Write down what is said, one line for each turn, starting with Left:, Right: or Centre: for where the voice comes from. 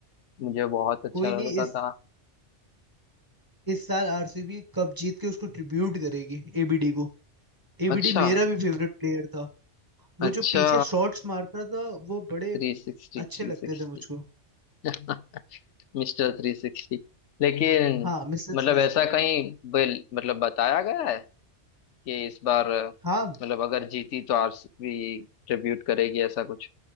Left: मुझे बहुत अच्छा
Right: कोई नहीं
Left: लगता
Right: इस
Left: था
Right: इस साल आरसीबी कप जीत के उसको ट्रिब्यूट करेगी एबीडी को एबीडी
Left: अच्छा
Right: मेरा भी फेवरेट प्लेयर था वो
Left: अच्छा
Right: जो पीछे शॉट्स मारता था वो बड़े
Left: Three sixty
Right: अच्छे
Left: three
Right: लगते
Left: sixty
Right: थे मुझको
Left: <laughs> Mister three sixty लेकिन
Right: हाँ मिस्टर
Left: मतलब
Right: थ्री
Left: ऐसा
Right: सिक्सटी
Left: कहीं बिल मतलब बताया गया है कि इस बार मतलब
Right: हाँ
Left: अगर जीती तो आरसीबी ट्रिब्यूट करेगी ऐसा कुछ